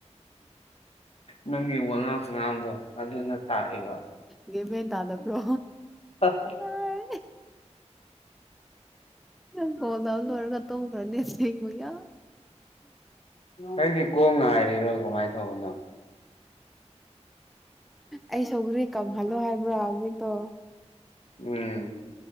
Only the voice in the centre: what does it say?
ꯒꯌꯟ ꯃꯦ ꯇꯥꯗꯕ꯭ꯔꯣ
ꯍꯥꯏ ꯅꯪ ꯀꯣꯜ ꯇꯧ ꯂꯣꯏꯔꯒꯥ ꯇꯨꯝ ꯔꯅꯦ ꯁꯦꯡꯕ ꯌꯥ
ꯑꯩ ꯁꯧꯒ꯭ꯔꯤ ꯀꯝꯍꯜꯂꯣ ꯍꯥꯏꯕ꯭ꯔꯥ ꯍꯧꯖꯤꯛꯇꯣ